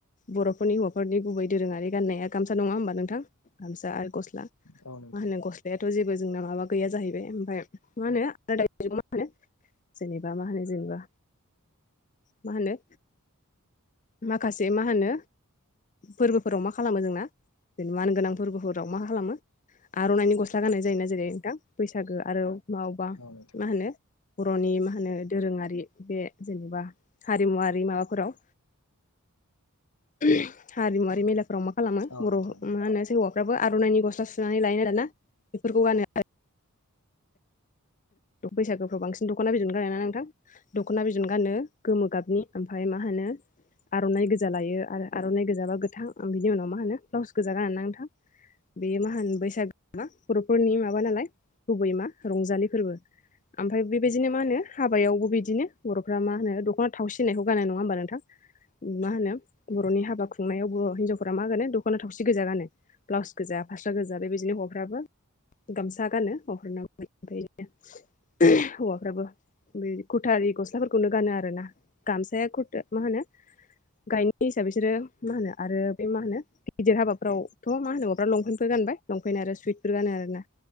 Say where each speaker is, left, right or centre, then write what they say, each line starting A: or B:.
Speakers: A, on the left; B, on the left.
A: बर'फोरनि हौवाफोरनि गुबै दोरोङारि गाननाया गामसा नङा होमबा नोंथां गामसा आरो गस्ला
B: औ नोंथां
A: मा होनो गस्लायाथ' जेबो जोंना माबा गैया जाहैबाय ओमफाय मा होनो जेनेबा मा होनो जेनेबा मा होनो जेनेबा मा होनो माखासे मा होनो फोरबोफोराव मा खालामो जोंना जे मानगोनां फोरबोफोराव मा खालामो आर'नाइनि गस्ला गाननाय जायोना जेरै नोंथां बैसागो आरो मावबा
B: औ नोंथां
A: मा होनो बर'नि मा होनो दोरोङारि बे जेनेबा हारिमुवारि माबाफोराव <unintelligible> हारिमुवारि मेलाफ्राव मा खालामो
B: औ
A: बर'
B: नोंथां
A: मा होनो हौवाफ्राबो आर'नाइनि गस्ला सुनानै लायोना दाना बेफोरखौ गानो आरो बैसागुफ्राव बांसिन दखना बिदनखौनो गानो ना नोंथां दख'ना बिदन गानो गोमो गाबनि ओमफ्राय मा होनो आर'नाइ गोजा लायो आरो आर'नाइ गोजाबा गोथां ओ बिनि उनाव मा होनो ब्लाउस गोजा गानोना नोंथां बेयो मा होनो बैसागोआ मा बर'फोरनि माबा नालाय गुबै मा रंजालि फोरबो आमफाय बेबायजिनो मा होनो हाबायावबो बिदिनो बर'फ्रा मा होनो दख'ना थावसि होननायखौ गानो नङा होमबा नोंथां मा होनो बर'नि हाबा खुंनायाव बर' हिनजावफोरा मा गानो दख'ना थावसि गोजा गानो ब्लाउस गोजा फास्रा गोजा बेबायजिनो हौवाफ्राबो गामसा गानो हौवाफोरनाबो ओमफ्राय बिदिनो हौवाफ्राबो बे खुरथा आरि गस्लाफोरखौनो गानो आरो ना गामसाया कुरथा मा होनो गाहायनि हिसाबै बिसोरो मा होनो आरो बे मा होनो गिदिर हाबाफोरावथ' मा होनो हौवाफ्रा लंपेन्टफोर गानो गानबाय लंफेन्ट आरो सुइटफोर गानो आरो ना